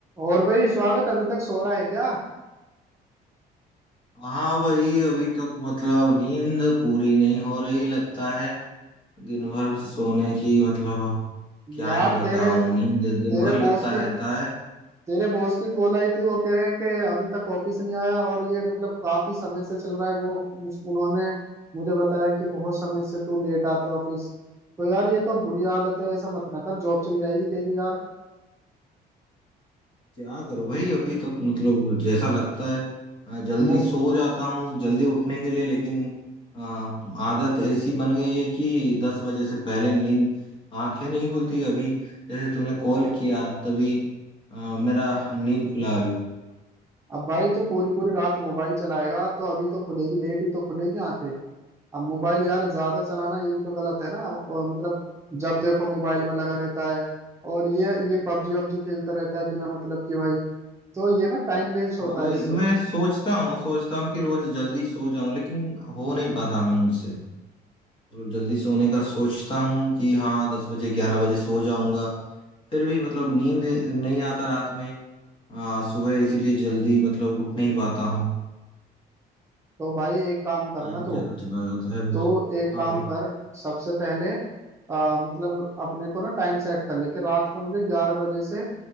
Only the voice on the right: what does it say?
और भाई स्वागत अभी तक सो रहा है क्या
यार
तेरे
तेरे
बॉस
की
तेरे बॉस की कॉल आई थी वो कह रहे हैं कि अभी तक ऑफिस नहीं आया और ये मतलब काफी समय से चल रहा है वो मुझ- उन्होंने मुझे बताया कि बहुत समय से तू लेट आता है ऑफिस तो यार ये तो बुरी आदत है ऐसा मत ना कर जॉब चली जाएगी तेरी यार
मो-
अब भाई तू पूरी पूरी रात मोबाइल चलाएगा तो अभी तो खुलेगी लेट ही तो खुलेगी आंखें अब मोबाइल यार ज्यादा चलाना ये भी तो गलत है ना और मतलब जब देखो मोबाइल में लगा रहता है और ये ये पबजी वबजी खेलता रहता है बिना मतलब कि भाई तो ये ना टाइम वेस्ट होता
है इससे
तो भाई एक काम करना
तू
तो एक
काम
कर सबसे पहले आ, मतलब अपने को ना टाइम सेट कर ले कि रात को मुझे ग्यारह बजे से